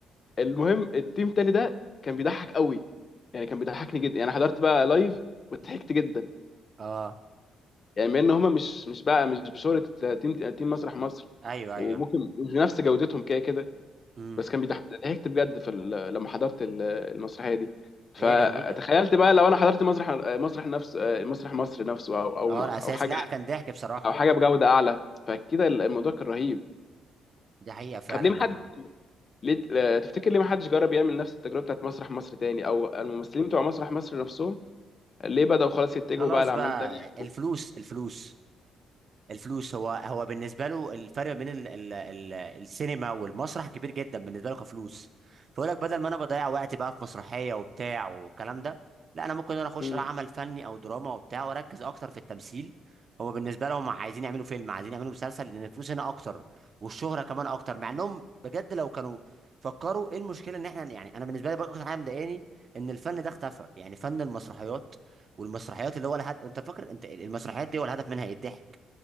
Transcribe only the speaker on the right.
اه
ايوه
ايوه
امم
هي جميله
اه
الاساس
لا كان ضحك بصراحه
دي حقيقه فعلا
انا
خلاص
بقى
الفلوس
الفلوس الفلوس هو هو بالنسبه له الفرق بين ال ال ال السينما والمسرح كبير جدا بالنسبه له كفلوس فيقول لك بدل ما انا بضيع وقتي بقى في مسرحيه وبتاع والكلام ده لا انا ممكن انا اخش
بقى عمل فني او دراما وبتاع واركز اكتر في التمثيل هو بالنسبه لهم عايزين يعملوا فيلم عايزين يعملوا مسلسل لان الفلوس هنا اكتر والشهره كمان اكتر مع انهم بجد لو كانوا فكروا ايه المشكله ان احنا يعني انا بالنسبه لي برضه اكتر حاجه مضايقاني ان الفن ده اختفى يعني فن المسرحيات والمسرحيات اللي هو الهدف انت فاكر انت المسرحيات دي هو الهدف منها ايه الضحك